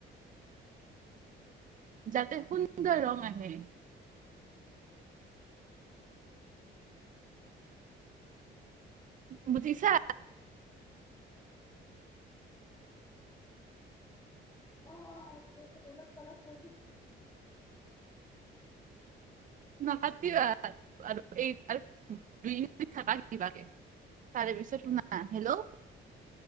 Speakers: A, on the right; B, on the left.
A: যাতে সুন্দৰ ৰং আহে বুজিছা
B: অ অ আচ্ছা আচ্ছা ওলত পালত কৰিছে
A: নাপাতিবা আৰু এই দুই থাকিব দিবা তাৰে পিছত শুনা হেল্ল'